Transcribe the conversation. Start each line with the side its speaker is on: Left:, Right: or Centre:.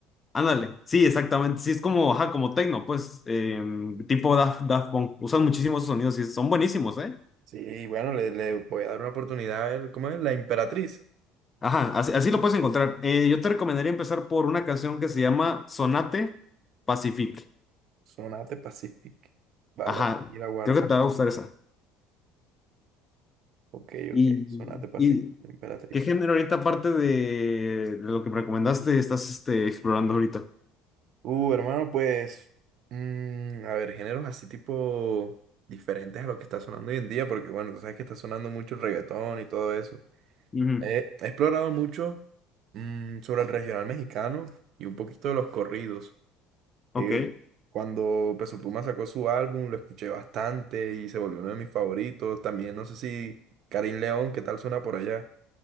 Left: Ándale, sí, exactamente. Sí, es como, ajá, como techno, pues, em, tipo Daft, Daft Punk. Usan muchísimos esos sonidos y son buenísimos, ¿eh?
Right: Sí, bueno, le, le voy a dar una oportunidad a ver cómo es la Imperatriz.
Left: Ajá, así, así lo puedes encontrar. Eh, yo te recomendaría empezar por una canción que se llama Sonate Pacific.
Right: Sonate Pacific. Vale,
Left: Ajá,
Right: y la guardo.
Left: creo que te va a gustar esa.
Right: Ok,
Left: ¿Y,
Right: ok, Sonate Pacific,
Left: y
Right: la Imperatriz.
Left: qué género ahorita, aparte de, de lo que me recomendaste, estás este, explorando ahorita?
Right: Uh, hermano, pues, mm, a ver, géneros así tipo diferentes a lo que está sonando hoy en día, porque bueno, tú sabes que está sonando mucho el reggaetón y todo eso.
Left: Ujú,
Right: He, he explorado mucho mm, sobre el regional mexicano y un poquito de los corridos.
Left: Ok.
Right: Eh, cuando Peso Pluma sacó su álbum, lo escuché bastante y se volvió uno de mis favoritos. También no sé si Karim León, ¿qué tal suena por allá?